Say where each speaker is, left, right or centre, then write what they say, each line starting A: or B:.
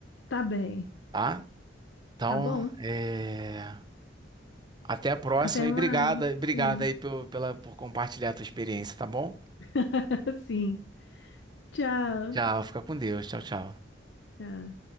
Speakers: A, on the left; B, on the right.
A: Tá bem.
B: Tá? Então,
A: Tá bom.
B: é, até a próxima
A: Até
B: e
A: mais.
B: obrigada, obrigada
A: Sim.
B: aí pelo- pela, por compartilhar a tua experiência, tá bom?
A: <laughs> Sim. Tchau.
B: Tchau, fica com Deus. Tchau, tchau.
A: Tchau.